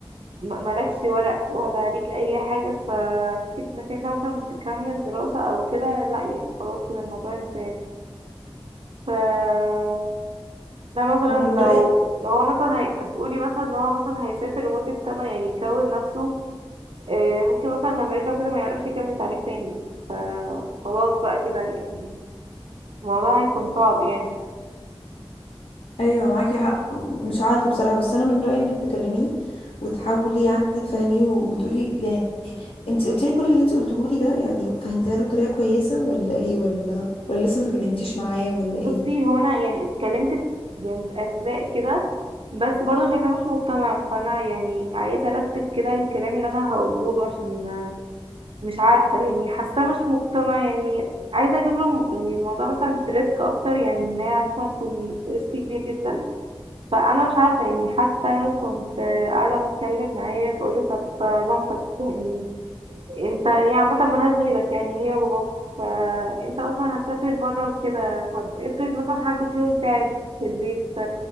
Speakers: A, on the right; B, on the left.
A: م- مالكش ورق ولا ليك اي حاجة ففكرة انك انت مثلا تكمل دراسة او كده لا يعني خلاص كده الموضوع انتهى ف ده مثلا
B: انا
A: لو
B: من رأيي
A: لو هو مثلا هي... تقولي مثلا ان هو مثلا هيسافر لمدة سنة يعني يكون نفسه آه، ممكن مثلا لما يرجع كده ما يعرفش يكمل تعليم تاني فخلاص بقى كده يعني الموضوع هيكون صعب يعني
B: ايوه معاكي حق مش عارفه بصراحه بس انا من رايي انك تكلميه وتحاولي يعني تفهميه و- وتقولي يعني انت قلت لي كل اللي انت قلته لي ده يعني فهمتها له بطريقه كويسه ولا ايه ولا ولا لسه ما اتكلمتيش معاه ولا
A: بصي
B: ايه
A: هو انا يعني اتكلمت يعني في اجزاء كده بس برضه شايفاه مش مقتنع فانا يعني عايزه ارتب كده الكلام اللي انا هقوله له عشان مش عارفه يعني حاساه مش مقتنع يعني عايزه اجيب له يعني الموضوع مثلا بريسك اكتر يعني ان هي مثلا يكون ريسك كبير جدا فانا مش عارفه يعني حتى كنت قاعده بتكلم معاه بقول له طب مامتك يعني انت هي عامة ملهاش غيرك يعني هي وباباك فانت اصلا هتسافر بره وكده طب افرض مثلا حد فيهم تعب في البيت